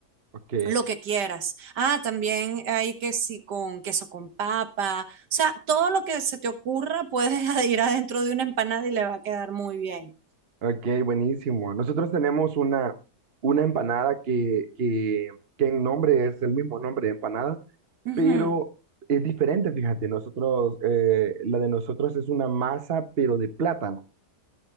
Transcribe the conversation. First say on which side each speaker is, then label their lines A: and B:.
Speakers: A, on the right; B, on the right.
A: ok.
B: lo que quieras. Ah, también hay que sí con queso con papa. O sea, todo lo que se te ocurra puedes <laughs> ir adentro de una empanada y le va a quedar muy bien.
A: Ok, buenísimo. Nosotros tenemos una, una empanada que, que, que en nombre es el mismo nombre de empanada,
B: Ujú.
A: pero es diferente, fíjate. Nosotros, eh, la de nosotros es una masa, pero de plátano.